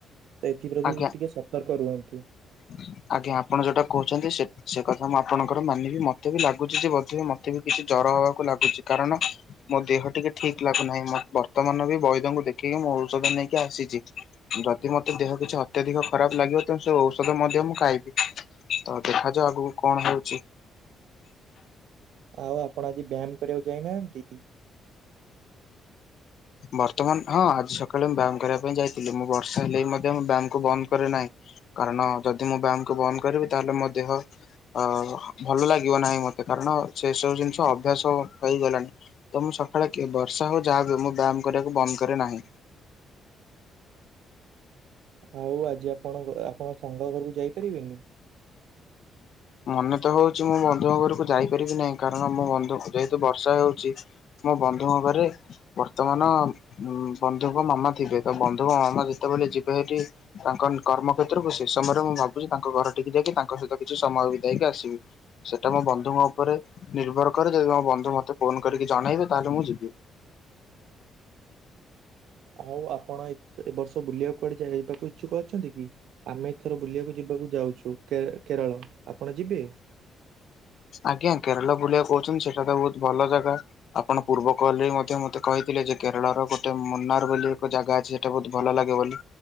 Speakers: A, on the right (about 80°); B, on the left (about 60°).
A: ଏଥିପ୍ରତି
B: ଆଜ୍ଞା।
A: ଟିକେ ସତର୍କ ରୁହନ୍ତୁ।
B: <unintelligible> ଆଜ୍ଞା ଆପଣ ଯୋଉଟା କହୁଛନ୍ତି ସେ ସେକଥା ମୁଁ ଆପଣଙ୍କର ମାନିବି, ମତେ ବି ଲାଗୁଛି ଯେ ବୋଧ ହୁଏ ମତେ ବି କିଛି ଜ ଭଲ ହବାକୁ ଲାଗୁଛି କାରଣ ମୋ ଦେହ ଟିକେ ଠିକ ଲାଗୁନାହିଁ ବର୍ତ୍ତମାନ ବି ବୈଦଙ୍କୁ ଦେଖିଇ ମୁଁ ଔଷଧ ନେଇକି ଆସିଛି। ଯଦି ମତେ ଦେହ କିଛି ଅତ୍ୟଧିକ ଖରାପ ଲାଗିବ ତାହେଲେ ସେ ଔଷ ଔଷଧ ମଧ୍ୟ ମୁଁ ଖାଇବି, ତ ଦେଖାଯାଉ ଆଗକୁ କଣ ହଉଛି।
A: ଆଉ ଆପଣ ଆଜି ବ୍ୟାୟାମ କରିବାକୁ ଯାଇନାହାନ୍ତି କି?
B: ବର୍ତ୍ତମାନ, ହଁ ଆଜି ସକାଳେ ମୁ ବ୍ୟାୟାମ କରିବା ପାଇଁ ଯାଇଥିଲି। ମୁଁ ବର୍ଷା ହେଲେ ବି ମଧ୍ୟ ବ୍ୟାୟାମ କୁ ବନ୍ଦ କରେ ନାହିଁ। କାରଣ ଯଦି ମୁଁ ବ୍ୟାୟାମ କୁୁ ବନ୍ଦ କରିବି ତାହେଲେ ମୋ ଦେହ ଅ ଭଲ ଲାଗିବ ନାହିଁ ମତେ। କାରଣ ସେ ସବୁ ଜିନିଷ ଅଭ୍ୟାସ ହେଇଗଲାଣି ତ ମୁଁ ସ ସକାଳେ କି ବର୍ଷା ହଉ ଯାହାବି ହେଉ ମୁଁ ବ୍ୟାୟାମ କରିବାକୁ ବନ୍ଦ କରେ ନାହିଁ।
A: ଆଉ ଆଜି ଆପଣ ଆପଣ ସାଙ୍ଗ ଘରକୁ ଯାଇପାରିବେନି?
B: ହ ମନେ ତ ହଉଛି ମୁଁ ବନ୍ଧୁଙ୍କ ଘରକୁ ଯାଇପାରିବି ନାହିଁ। କାରଣ ମୋ ବନ୍ଧୁ ଯେହେତୁ ବର୍ଷା ହେଉଛି ମୋ ବନ୍ଧୁଙ୍କ ଘରେ ବର୍ତ୍ତମାନ ବନ୍ଧୁଙ୍କ ମାମା ଥିବେ ତ ବନ୍ଧୁଙ୍କ ମାମା ଯେତେବେଳେ ଯିବେ ହେଠି, ତାଙ୍କ କରମ କ୍ଷେତ୍ର କୁ ସେ ସମୟରେ ମୁଁ ଭାବୁଛି ତାଙ୍କ ଘର ଟିକି ଯାଇକି ତା ତାଙ୍କ ସହିତ କିଛି ସମୟ ବିତେଇକି ଆସିବି। ସେଇଟା ମୋ ବନ୍ଧୁଙ୍କ ଉପରେ ନିର୍ଭର କରେ ଯଦି ମୋ ବନ୍ଧୁ ମତେ ଫୋନ କରିକି ଜଣେଇବେ, ତାହେଲେ ମୁଁ ଯିବି।
A: ଆଉ ଆପଣ ଏବ ଏ ବର୍ଷ ବୁଲିବାକୁ କୁଆଡେ ଯାଇବାକୁ ଇଚ୍ଛୁକ ଅଛନ୍ତି କି? ଆମେ ଏଥର ବୁଲିବାକୁ ଯିବାକୁ ଯାଉଛୁ କେ କେରଳ, ଆପଣ ଯିବେ?
B: ଆଜ୍ଞା କେରଳ ବୁଲିବାକୁ କହୁଛନ୍ତି, ସେଇଟା ତ ବହୁତ ଭଲ ଜାଗା। ଆପଣ ପୂର୍ବ କଲ୍ ରେ ବି ମ ମତେ କହିଥିଲେ ଯେ, କେରଳର ଗୋଟେ ମୁନ୍ନାର ବୋଲି ଏକ ଜାଗା ଅଛି ସେଟା ବହୁତ ଭଲ ଲାଗେ ବୋଲି।